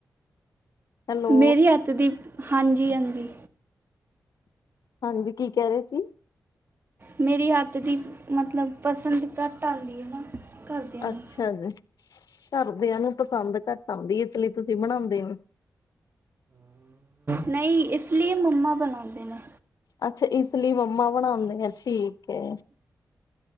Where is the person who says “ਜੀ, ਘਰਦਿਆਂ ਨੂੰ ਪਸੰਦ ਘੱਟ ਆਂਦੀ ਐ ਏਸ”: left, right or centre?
Left